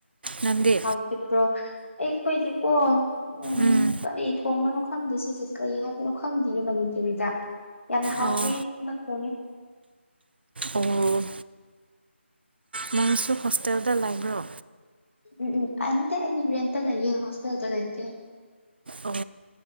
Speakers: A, on the right; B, on the left.
A: ꯅꯪꯗꯤ
B: ꯍꯥꯎꯒꯤ ꯄ꯭ꯔꯣ ꯑꯩ ꯀꯣꯏꯗꯤ ꯄꯣ ꯎ
A: ꯎꯝ
B: ꯇꯔꯤꯊ ꯀꯝꯕꯅ ꯈꯪꯗꯦ ꯁꯤꯁꯦ ꯀꯩ ꯍꯥꯏꯕꯅꯣ ꯈꯪꯗꯦꯒꯦ ꯃꯃꯤꯨ ꯇꯨꯔꯤꯗ ꯌꯥꯝꯅ ꯍꯥꯎꯇꯦ
A: ꯑꯣ
B: ꯑꯃ ꯊꯣꯡꯉꯦ
A: ꯑꯣ ꯃꯣꯏꯁꯨ ꯍꯣꯁꯇꯦꯜꯗ ꯂꯥꯏꯕ꯭ꯔꯣ
B: ꯎꯝ ꯑꯦꯇ ꯂꯌꯦꯦ ꯍꯣꯁꯄꯤꯦꯦꯜꯗ ꯂꯩꯥꯏꯇꯩ
A: ꯑꯣ